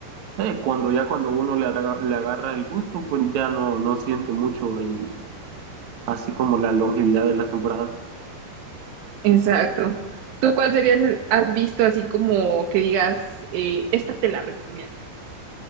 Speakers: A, on the right; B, on the right.
A: eh, cuando ya cuando uno le, aga- le agarra el gusto, pues ya no, no siente mucho el, así como la longevidad de las temporadas.
B: Exacto. ¿Tú cuál serías, has visto así como que digas, eh, esta te la recomiendo?